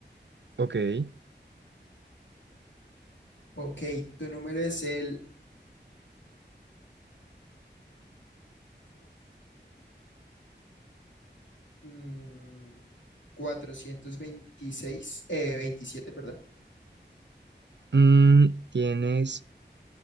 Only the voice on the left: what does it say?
Ok, tu número es el 6.426, eh, 27, perdón.